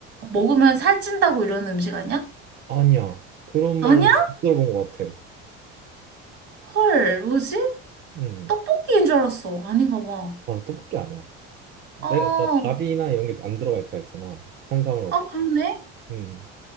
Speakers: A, on the right (about 50°); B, on the right (about 35°).
A: 먹으면 살찐다고 이러는 음식 아니야?
B: 아니야. 그런
A: 아니야?
B: 말 들어본 것 같아.
A: 헐, 뭐지?
B: 음,
A: 떡볶이인 줄 알았어. 아닌가 봐.
B: 맞아, 떡볶이 아니야. 내가
A: 아,
B: 아까 밥이나 이런 게 안 들어가 있다 했잖아. 탄수화물 없고.
A: 아, 그러네?
B: 음,